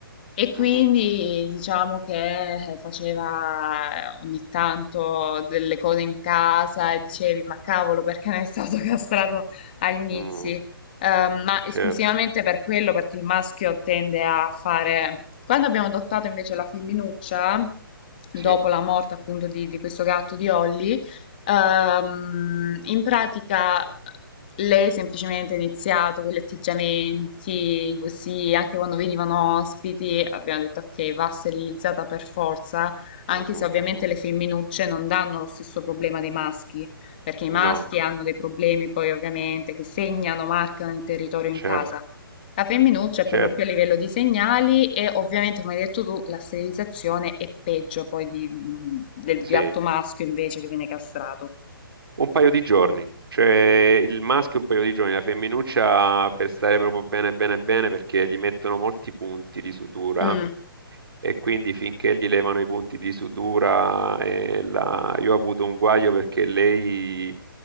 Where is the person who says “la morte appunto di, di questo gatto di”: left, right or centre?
Left